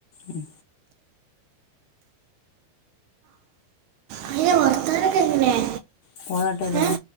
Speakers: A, on the left; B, on the right.
A: ഉ
B: അതിന്റെ വർത്താനൊക്കെ എങ്ങനെയാ
A: കുള കട്ടേയ്തോളൂ
B: ഏ?